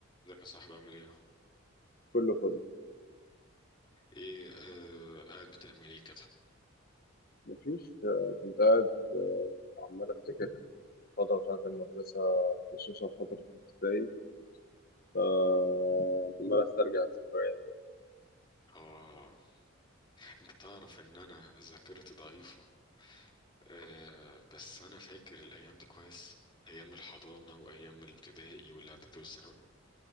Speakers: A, on the left (about 20°); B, on the left (about 45°).
A: ازيك يا صاحبي عامل ايه؟
B: كله فل
A: ايه آه قاعد بتعمل ايه كده؟
B: مفيش آه، كنت قاعد آه، عمال أفتكر الفترة بتاعت المدرسة خصوصا فترة الابتدائي فعمال أسترجع الذكريات بقى.
A: اه انت تعرف ان انا ذاكرتي ضعيفة آه بس انا فاكر الايام دي كويس ايام الحضانة وايام الابتدائي والاعدادي والثانوي